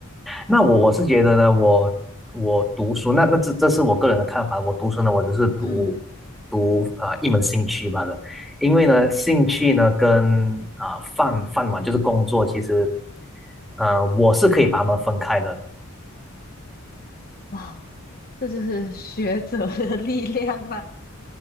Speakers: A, in the centre; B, on the left.
A: 那我我是觉得呢，我我读书，那那这这是我个人的看法。我读书呢，我只是读
B: 嗯
A: 读啊、呃一门兴趣罢了。因为呢，兴趣呢跟啊、饭饭碗就是工作，其实呃我是可以把它们分开的。
B: 哇，这就是学者的 <laughs> 力量吧？